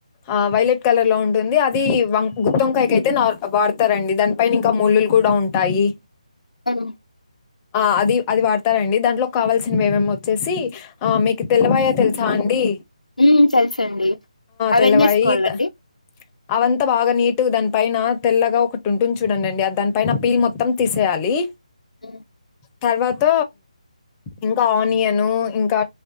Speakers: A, on the left; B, on the left.
A: ఆ వైలెట్ కలర్ లో ఉంటుంది అది వం గుత్తోంకాయకి అయితే నార్ వాడతారండి దానికి పైన ఇంకా ముళ్లులు కూడా ఉంటాయి
B: ఉమ్
A: ఆ అది అది వాడతారండి దాంట్లో కావాల్సినవెమేమి వచ్చేసి ఆ మీకు తెల్లవాయ తెలు సాండి
B: ఊ తెలుస అండి అవన్నేసుకోవాలండి
A: తెల్లవాయి త అవంతా బాగా నీటు దాని పైన తెల్లగా ఒకటి ఉంటుంది చూడండి అ దాని పైన పీల్ మొత్తం తీసి చేయాలి
B: ఊ
A: తర్వాత ఇంకా ఆనియను ఇంకా